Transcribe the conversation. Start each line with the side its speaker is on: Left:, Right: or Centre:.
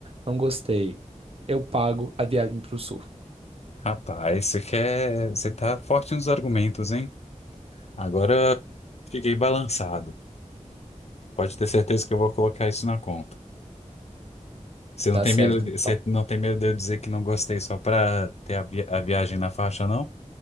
Right: não gostei. Eu pago a viagem para o sul.
Left: Rapaz, você quer... você tá forte nos argumentos, hein? Agora fiquei balançado. Pode ter certeza que eu vou colocar isso na conta. Você
Right: Tá
Left: não tem
Right: certo,
Left: medo de...
Right: então.
Left: você não tem medo de eu dizer que não gostei só para ter a, vi- a viagem na faixa, não?